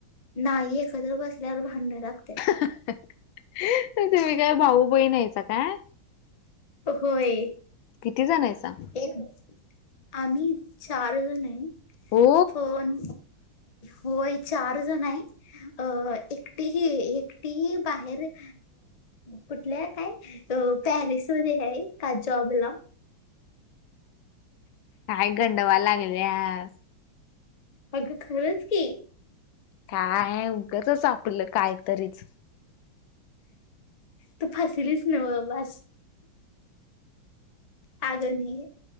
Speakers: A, on the left; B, on the left.
A: नाही एकत्र बसल्यावर भांडण लागत्यात.
B: तुम्ही काय भाऊ बहीण आहिसा काय?
A: होय,
B: किती जण आहेसा
A: एक आम्ही चार जण ये,
B: हो
A: पण होय चार जण आहे, अ एक तिही एकटी ही बाहेर अ कुठल्या काय अ पॅरिसमध्ये हाय का जॉबला.
B: काय गंडवाय लागल्यास.
A: अग खरंच की.
B: काय उगंचच आपलं कायतरीच.
A: तू फसलीच नव बास. आगे नाही